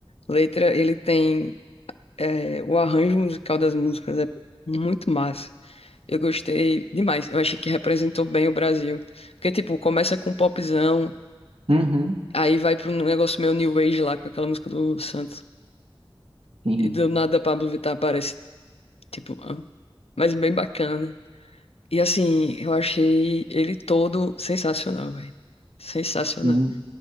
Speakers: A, on the left; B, on the right.
A: letra, ele tem É, o arranjo musical das músicas é muito massa. Eu gostei demais. Eu achei que representou bem o Brasil. Porque, tipo, começa com um popzão,
B: Uhum,
A: aí vai pra um negócio meio New Age lá, com aquela música do Santos.
B: sim,
A: E do nada Pablo Vittar aparece. Tipo, hã? mas bem bacana. E assim, eu achei ele todo sensacional, velho. Sensacional.
B: sim.